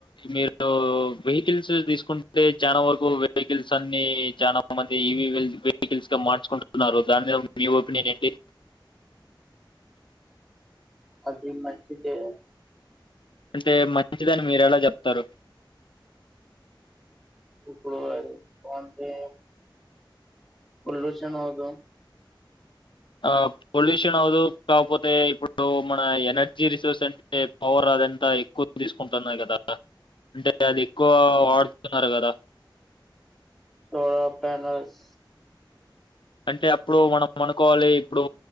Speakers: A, on the left; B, in the centre.
A: మీరు వెహికల్స్ తీసుకుంటే చాలా వరకు వెహికల్స్ అన్ని చాలా మంది ఈవి వెహికల్స్ గా మార్చుకుంటున్నారు దాని మీ ఒప్పినేనుంంటి
B: అది మంచితే
A: అంటే మంచిదని మీరు ఎలా చెప్తారు
B: ఇప్పుడు ఎ అంటే పొల్యూషన్ హవుదు
A: ఆ పొల్యూషన్ అవదు కాకపోతే ఇప్పుడు మన ఎనర్జీ రిసోర్స్ అంటే పవర్ అదంతా ఎక్కువ తీసుకుంటున్నారు కదా అంటే అది ఎక్కువ వాడుతున్నారు కదా
B: సోరా పనల్స్
A: అంటే అప్పుడు మనం అనుకోవాలి ఇప్పుడు